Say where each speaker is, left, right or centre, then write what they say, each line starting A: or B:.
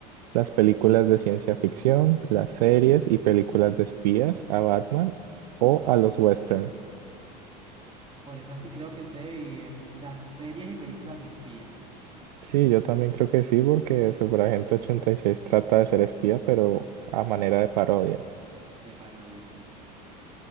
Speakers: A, on the right; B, on the right.
A: Las películas de ciencia ficción, las series y películas de espías a Batman o a los westerns.
B: por esa sí creo que sé y es las series y películas de espías,
A: Sí, yo también creo que sí, porque Superagente ochenta y seis trata de ser espía, pero a manera de parodia.
B: de parodia, sí.